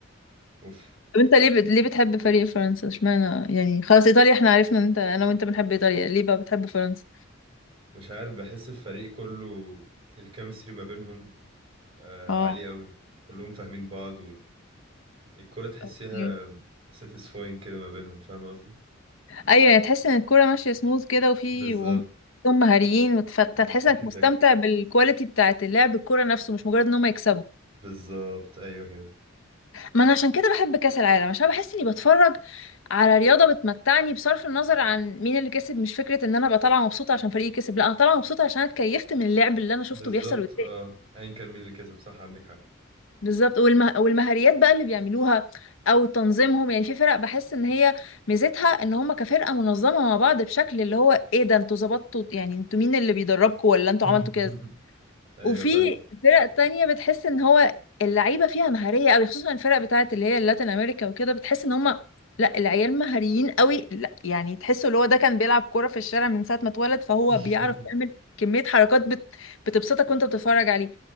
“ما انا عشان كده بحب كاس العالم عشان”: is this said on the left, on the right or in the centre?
Left